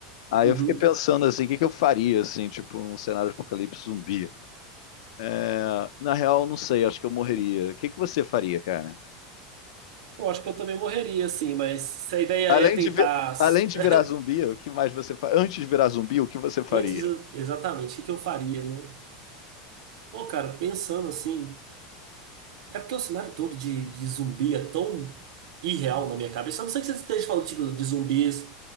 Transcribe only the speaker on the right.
Uhum.
Pô, acho que eu também morreria, assim, mas se a ideia
é tentar.
<laughs>
Antes, de- exatamente, o que que eu faria, né? Pô, cara, pensando assim. É porque o cenário todo de, de zumbi é tão irreal na minha cabeça. A não ser que você esteja falando, tipo, de zumbis.